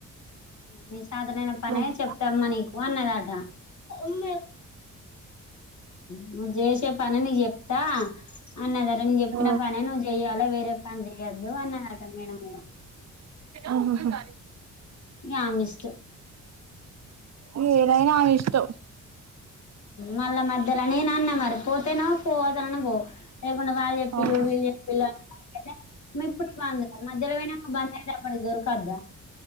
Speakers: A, on the left (about 60°); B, on the right (about 55°).
A: నే సాతనైన పనే
B: అవునా
A: చెప్తామ్మా నీకు అన్నదట. ఉమ్ నువ్ జేసే పనే నీక్ చెప్ తా అన్నదర నేను చెప్పిన
B: ఆ
A: పనే నువ్వు చెయాలే వేరే జె పని చేయద్దు అన్నదట మేడం కూడా
B: ఆహాహా
A: ఇగ ఆమె ఇష్టం.
B: ఇగ ఏదైనా ఆమే ఇష్టం
A: మళ్ళా మధ్యల నేను అన్న మరి పోతేనో పోతలనన్న పొం లేకుండా వాళ్ళు చెప్పిళ్ళు
B: అవును
A: వీళ్ళు చెప్పిళ్ళు అని అయితే మి ఇప్పుడు బంద్ కద, మధ్యల పోయినాక బంద్ అయితే అప్పటికి దొరకద్దా.